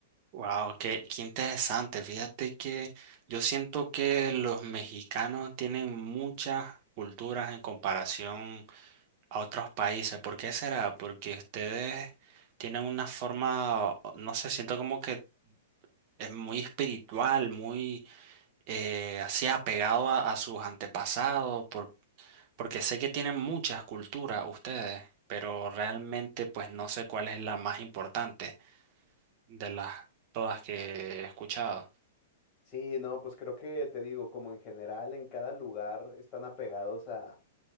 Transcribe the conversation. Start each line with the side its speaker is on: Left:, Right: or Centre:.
Right: Wow, qué, qué interesante. Fíjate que yo siento que los mexicanos tienen muchas culturas en comparación a otros países. ¿Por qué será? Porque ustedes tienen una forma, no sé, siento como que es muy espiritual, muy eh, así apegado a, a sus antepasados, Porque sé que tienen muchas culturas ustedes, pero realmente pues no sé cuál es la más importante de las todas que he escuchado.
Left: Sí, no, pues creo que te digo, como en general en cada lugar están apegados a,